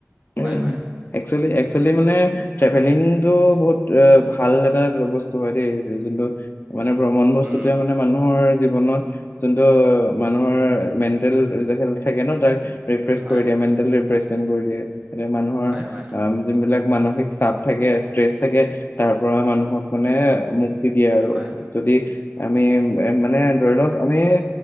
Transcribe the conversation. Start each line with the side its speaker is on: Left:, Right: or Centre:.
Right: হয়
Left: উম
Right: হয়
Left: একচোৱেলি <unintelligible> ট্ৰভেলিংটো ভাল এটা বস্ত দেই যোন্ত মানে ভ্ৰমণ বস্তুতোৱে
Right: উম
Left: মানে মানুহৰ জীৱনত যোনটো মানুহৰ মেণ্টেল <inaudible> থাকে ন তাক ৰিফ্ৰে
Right: হয়
Left: কৰি দিয় মেন্টেলৰিফ্ৰে পন গলিয়ে এ মানুহৰ
Right: হয় হয়
Left: অ' যোন বিলাক মানসিক চাপ থাকে ষ্ট্ৰেচ থাকে তাৰ পৰা মানুহক মানে মু দিয়ে আৰু
Right: হয় হয়,
Left: যদি আমি এ মানে ধৰি লওক আমি